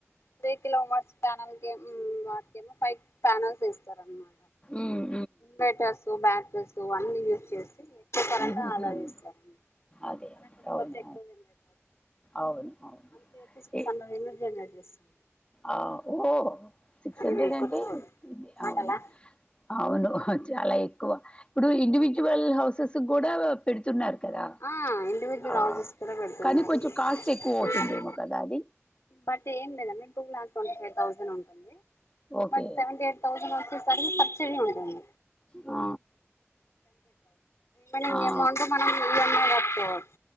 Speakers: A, on the left (about 70°); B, on the left (about 25°).
A: త్రీ కిలోమర్స్ ప్యానల్కే <unintelligible> వాడ్తానేమో ఫైవ్ ప్యానల్స్ చేస్తారా అన్న
B: ఉమ్
A: బెటర్స్, ప్యానల్స్ సో అన్నీ యూజ్ చేస్తే ఫోటోలు అంటే
B: ఉమ్
A: ఆధార్ చేస్తారు.
B: అదే
A: కరెంట్ ఉత్పత్తి
B: అవును
A: ఎక్కువ జనరేట్ అవుతుంది
B: అవును అవును
A: మంత్లీ అయితే సిక్స్హండ్రెడ్
B: ఏ
A: ఐనా జనరేట్ చేస్తాం
B: ఆ ఓ సిక్స్ హండ్రెడ్
A: ఇది
B: అంటే
A: కొత్త మాటలా
B: అవును అవును చాలా ఎక్కువ ఇప్పుడు ఇండివిడ్యువల్ హౌసెస్ కూడా పెడుతున్నారు. కదా!
A: ఆ ఇండివిడ్యువల్
B: ఆ!
A: హౌసెస్ కూడా పెడుతూన్నారు
B: కానీ కొంచెం కాస్ట్ ఎక్కువ అవుతుందేమో
A: కానీ
B: కదా అది?
A: బట్ ఏం లేదండి టూ ట్వంటీఫైవ్ థౌసండ్ ఉంటుంది.
B: Okay.
A: But seven eight thousand వచ్చేసరికి సబ్సిడీ ఉంటుంది.
B: ఆ!
A: మేడం
B: ఆ!
A: అమౌంట్ మనం <unintelligible>